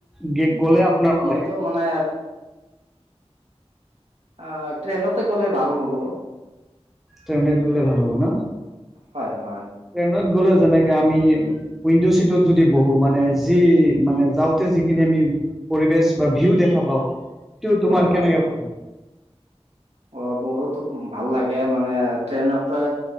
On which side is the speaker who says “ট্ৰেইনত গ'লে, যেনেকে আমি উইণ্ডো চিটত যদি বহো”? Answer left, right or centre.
Centre